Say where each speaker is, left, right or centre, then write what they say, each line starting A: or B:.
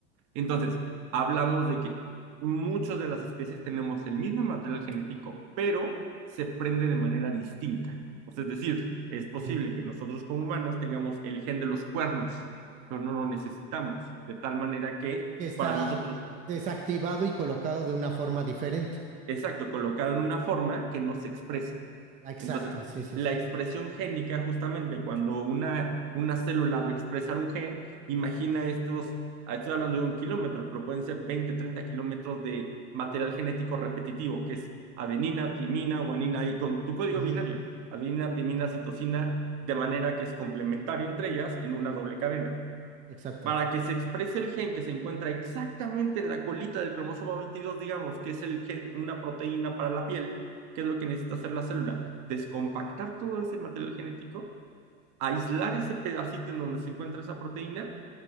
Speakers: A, on the right; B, on the right.
A: Entonces, hablamos de que muchas de las especies tenemos el mismo material genético, pero se prende de manera distinta. O sea, es decir, es posible
B: ujú,
A: que nosotros como humanos tengamos el gen de los cuernos, pero no lo
B: ujú.
A: necesitamos, de tal manera que
B: Que Está
A: para nosotros,
B: desactivado y colocado de una forma diferente.
A: exacto, colocado en una forma que no se expresa.
B: Ah, Exacto,
A: Entonces,
B: sí, sí,
A: la
B: sí.
A: expresión génica, justamente cuando una, una célula va a expresar un gen, imagina estos, estoy hablando de un kilómetro, pero pueden ser 20, 30 kilómetros de material genético repetitivo, que es adenina, timina, guanina, y con tu código
B: Ujú,
A: binario, adenina, timina, citosina, de manera que es complementaria entre ellas en una doble cadena
B: exacto.
A: para que se exprese el gen que se encuentra exactamente en la colita del cromosoma 22, digamos, que es el gen, una proteína para la piel, que es lo que necesita hacer la célula, descompactar todo ese material genético, aislar ese pedacito en donde se encuentra esa proteína,